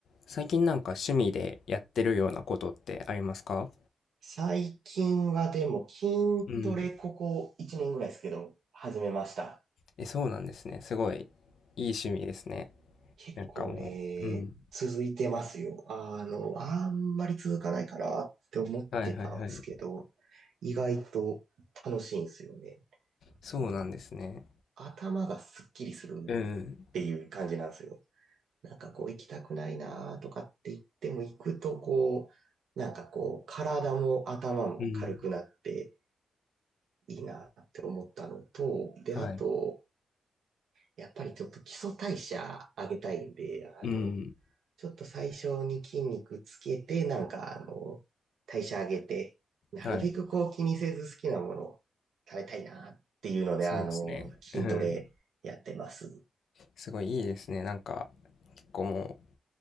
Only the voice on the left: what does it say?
最近なんか趣味でやってるようなことってありますか
うん、
え、そうなんですね。すごいいい趣味ですね。
なんかもううん、
はいはいはい。
そうなんですね。
うん。
うん、
はい。
うん、
はい。そうですね。
うん。すごいいいですね。なんか、結構も